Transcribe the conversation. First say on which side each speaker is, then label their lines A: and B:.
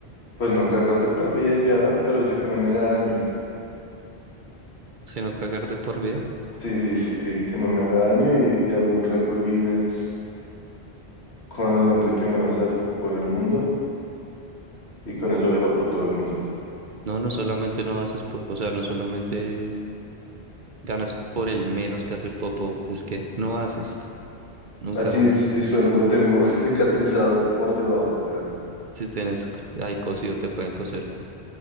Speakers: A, on the left; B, on the right.
A: pues no cagar de por vida y ya, pero es de que no me haga daño.
B: Sino cagar de por vida.
A: Sí, sí, que no me haga daño y, y hago un récord Guinness con el hombre que menos hace popó en el mundo y con eso viajo por todo el mundo.
B: No, no solamente no haces, po- o sea, no solamente Ganas por el menos que hace Popo, es que no haces, <laughs> nunca
A: Así
B: más.
A: dis- disuelvo, tengo <laughs> cicatrizado por debajo, weón.
B: Si tienes c- ahí cosido, te pueden coser, pu-